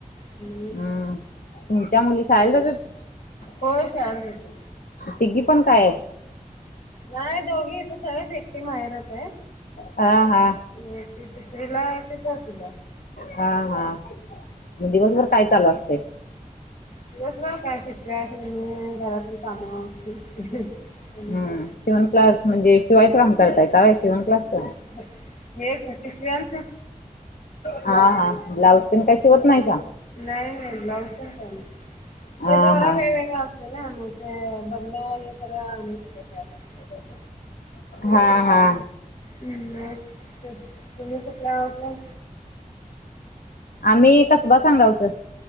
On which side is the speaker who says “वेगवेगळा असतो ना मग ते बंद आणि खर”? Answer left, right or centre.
Left